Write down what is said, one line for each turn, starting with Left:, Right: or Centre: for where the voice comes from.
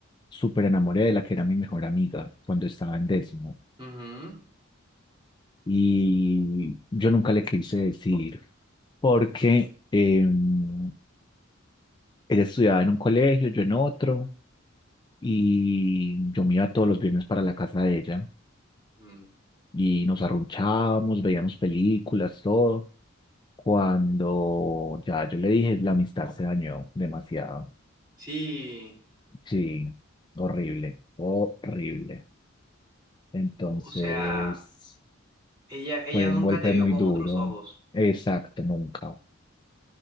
Left: súper enamoré de la que era mi mejor amiga cuando estaba en décimo.
Right: Ujú.
Left: Y yo nunca le quise decir porque em, ella estudiaba en un colegio, yo en otro. y yo me iba todos los viernes para la casa de ella
Right: Ujú.
Left: y nos arrunchábamos, veíamos películas, todo. Cuando ya yo le dije, la amistad se dañó demasiado.
Right: Sí.
Left: Sí, horrible, horrible. Entonces,
Right: O o sea, ella, ella
Left: fue
Right: nunca
Left: un golpe
Right: te vio
Left: muy
Right: con
Left: duro.
Right: otros ojos.
Left: Exacto, nunca,